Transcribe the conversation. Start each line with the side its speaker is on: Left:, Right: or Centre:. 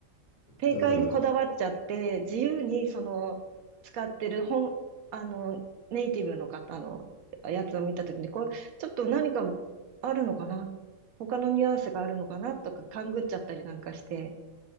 Right: 正解にこだわっちゃって、
Left: だ、だから、
Right: 自由にその使ってる本、あの、ネイティブの方のやつを見たときに、これちょっと何かあるのかな他のニュアンスがあるのかなとか勘ぐっちゃったりなんかして、